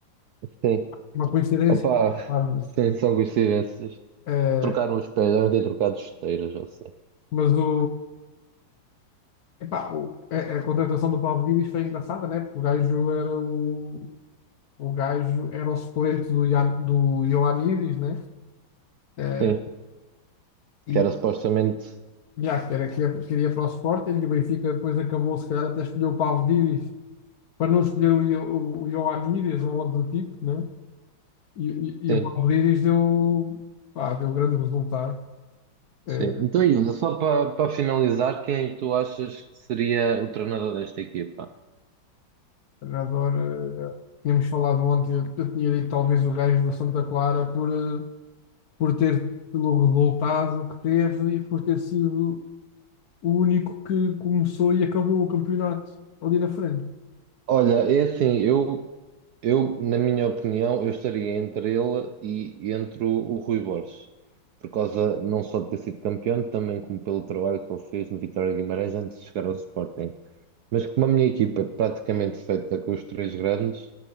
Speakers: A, on the right; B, on the left.
A: Sim,
B: Uma coincidência,
A: opá,
B: claro, mas,
A: sim, são coincidências.
B: eh,
A: Trocaram os pés, devem ter trocado esteiras, ou assim.
B: mas o, epá, o- a, a contratação do Pavlidis foi engraçada, né? Porque o gajo era o, o gajo era o suplente do, Ian- do Ioannidis, né? Eh,
A: Sim,
B: e
A: que era supostamente.
B: já, que era, que queria para o Sporting e o Benfica depois acabou, se calhar, até escolheu o Pavlidis para não escolher o, Io- o, o Ioannidis ou algo do tipo, né? E, e,
A: Sim,
B: e o Palmeiras deu, pá, deu grande resultado.
A: sim.
B: Eh,
A: Então, Yuna, só para para finalizar, quem é que tu achas que seria o treinador desta equipa?
B: adoro. eh, tínhamos falado ontem, eu, eu tinha dito talvez o gajo do Santa Clara por, eh, por ter pelo resultado que teve e por ter sido o único que começou e acabou o campeonato ali na frente.
A: Olha, é assim, eu, eu, na minha opinião, eu estaria entre ele e entre o, o Rui Borges, por causa não só de ter sido campeão, também como pelo trabalho que ele fez no Vitória de Guimarães antes de chegar ao Sporting. Mas como a minha equipa é praticamente feita com os três grandes,